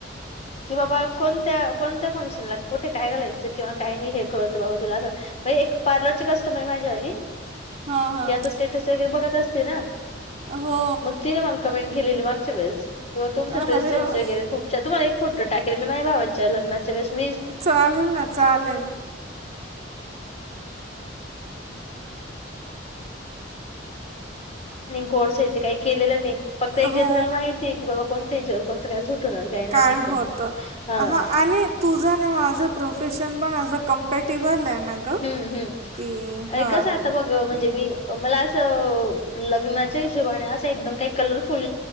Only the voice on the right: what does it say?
हा हा
हो
अरे
वा
चालेल ना चालेल
हो
काय
होतं
हां आणि तुझं आणि माझं प्रोफेशन पण असं कम्पॅटेबल आहे. ना गं
की हां